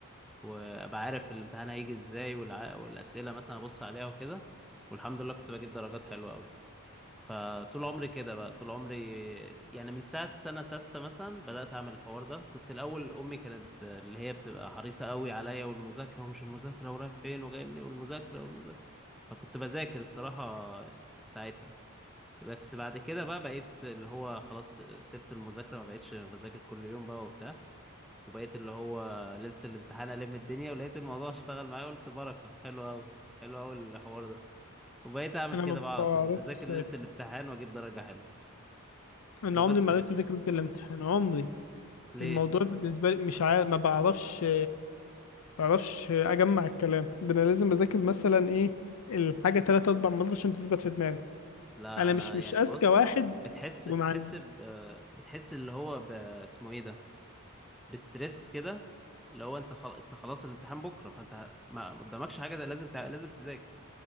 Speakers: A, in the centre; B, on the left.
A: وابقى عارف الامتحان هيجي ازاي والع... والاسئله مثلا ابص عليها وكده والحمد لله كنت بجيب درجات حلوه قوي فطول عمري كده بقى طول عمري يعني من ساعة سنة ستة مثلا بدأت أعمل الحوار ده كنت الأول أمي كانت اللي هي بتبقى حريصة قوي عليا والمذاكرة ومش المذاكرة ورايح فين وجاي منين والمذاكرة والمذاكرة فكنت بذاكر الصراحة ساعتها بس بعد كده بقى بقيت اللي هو خلاص سبت المذاكرة ما بقيتش بذاكر كل يوم بقى وبتاع وبقيت اللي هو ليلة الامتحان ألم الدنيا ولقيت الموضوع اشتغل معايا قلت بركة حلو أوي حلو أوي الحوار ده وبقيت أعمل
B: انا
A: كده
B: ما
A: بقى على
B: بعرفش
A: طول أذاكر ليلة الامتحان وأجيب درجة حلوة
B: انا
A: وبس
B: عمري ما
A: كده
B: عرفت اذاكر ليلة الامتحان عمري
A: ليه
B: الموضوع بالنسبة لي مش عارف ما بعرفش متعرفش اجمع الكلام ده انا لازم اذاكر مثلا ايه الحاجه تلات اربع مرات عشان تثبت في دماغي
A: لا
B: انا
A: انا
B: مش مش
A: يعني
B: اذكى
A: بص
B: واحد
A: بتحس
B: ومع
A: بتحس ب... بتحس اللي هو ب... اسمه ايه ده بستريس كده اللي هو انت خل... انت خلاص الامتحان بكره فانت ما قدامكش حاجه ده لازم تع... لازم تذاكر